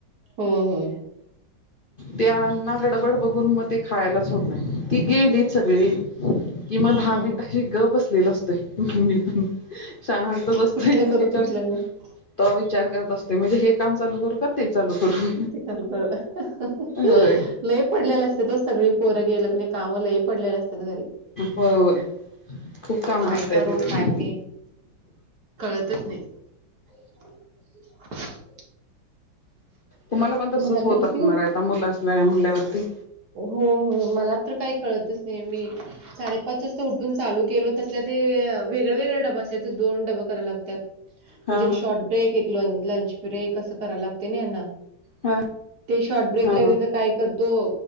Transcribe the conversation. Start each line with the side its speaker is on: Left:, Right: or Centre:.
Right: होय, होय.
Left: त्यांना गडबड बघून मग ते खायलाच होत नाही. ती गेलीत सगळी की मग दहा
Right: हं.
Left: मिनट अशी ग बसलेल असतोय. मी पण शांत बसतोय
Right: कुठलं
Left: आणि
Right: करू
Left: विचार
Right: कुठलं नाही
Left: तवा विचार करत असते म्हणजे हे काम चालू करू ते चालू करू?
Right: किती काम खरं अहं अहं
Left: होय
Right: लई पडलेला असत्यात ओ. सगळी पोरं गेल कणी काम लई पडलेल असत्यात घरी.
Left: होय होय. खूप काम
Right: काय
Left: असतय
Right: करू
Left: तिथे
Right: काय नही कळतच नाही. <unintelligible>
Left: तुम्हाला पण तसच
Right: मग आता
Left: होत
Right: किती
Left: असणारय.
Right: वाज-
Left: आता मुलंच न्हाय म्हणल्यावरती.
Right: हो, हो. मला तर काही कळतच नाही. मी साडेपाच वाजता उठून चालू केलो. तसल्या ते वेगळ् वेगळ् डबं असत्यात. ते दोन डबं कराला लागत्यात. म्हणजे
Left: हा
Right: एक शॉर्ट ब्रेक एक ल लंच ब्रेक. असं करायला लागते ना यांना.
Left: हा
Right: ते शॉर्ट ब्रेकला
Left: हा हा
Right: तीथं काय तर तो,